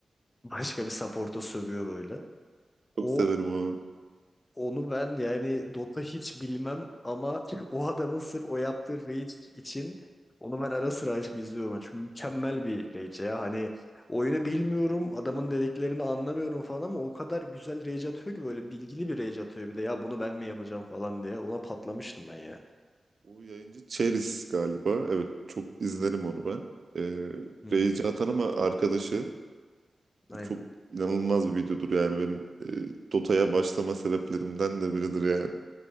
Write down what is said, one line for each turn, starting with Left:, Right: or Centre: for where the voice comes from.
Left: başka bir support'a sövüyor böyle.
Right: Çok
Left: O
Right: severim o.
Left: onu ben yani Dota hiç bilmem ama <laughs> o adamın sırf o yaptığı raid için onu ben ara sıra açıp izliyorum. Çünkü mükemmel bir rage ya. Hani oyunu bilmiyorum, adamın dediklerini anlamıyorum falan ama o kadar güzel rage atıyor ki böyle bilgili bir rage atıyor bir de ya bunu ben mi yapacağım falan diye. Ona patlamıştım ben ya.
Right: O yayıncı Cheris galiba. Evet çok izlerim onu ben. Ee,
Left: Hmm,
Right: Rage Atan ama arkadaşı.
Left: aynen.
Right: Çok inanılmaz bir videodur yani benim e, Dota'ya başlama sebeplerimden de biridir yani.